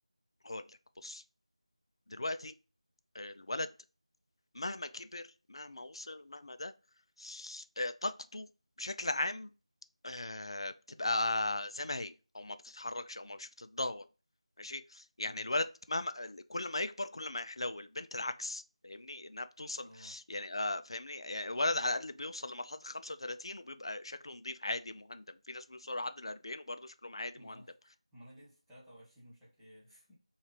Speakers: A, on the left; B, in the centre.
A: هقول لك بص دلوقتي الولد مهما كبر مهما وصل مهما ده آه، طاقته بشكل عام آه، بتبقى زي ما هي او ما بتتحركش او ما مش بتتدهور ماشي يعني
B: امم
A: الولد مهما كل ما يكبر كل ما يحلو البنت العكس فاهمني انها بتوصل
B: اه
A: يعني آه فاهمني يعني الولد على الاقل بيوصل لمرحله ال 35 وبيبقى شكله نظيف عادي مهندم في ناس بيوصلوا لحد ال 40 وبرضه شكلهم
B: <laughs>
A: عادي
B: ما
A: مهندم
B: انا ما انا ليه 23 وشكلي عارف